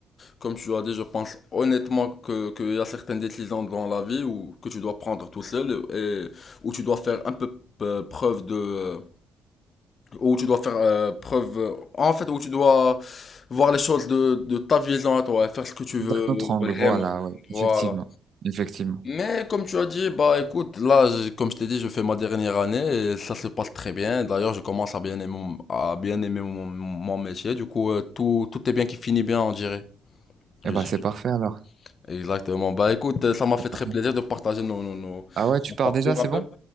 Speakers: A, on the left; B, on the right.
A: comme tu as dit, je pense honnêtement que qu'il y a certaines décisions dans la vie où que tu dois prendre tout seul et où tu dois faire un peu euh, preuve de où tu dois faire euh, preuve, euh, en fait, où tu dois voir les choses de, de ta vision à toi, et faire ce que tu veux
B: D'un autre angle,
A: vraiment.
B: voilà, ouais, effectivement,
A: Voilà.
B: effectivement.
A: Mais comme tu as dit, bah écoute, là, je- comme je t'ai dit, je fais ma dernière année et ça se passe très bien. D'ailleurs, je commence à bien aimer mon, à bien aimer mon, mon métier. Du coup, euh, tout, tout est bien qui finit bien, on dirait. Je
B: Eh ben,
A: dirais.
B: c'est parfait alors,
A: Exactement. Bah écoute, euh, ça m'a fait
B: c'est
A: très
B: parfait.
A: plaisir de partager nos, nos, nos-
B: Ah ouais, tu
A: nos
B: pars
A: parcours
B: déjà, c'est
A: un peu.
B: bon?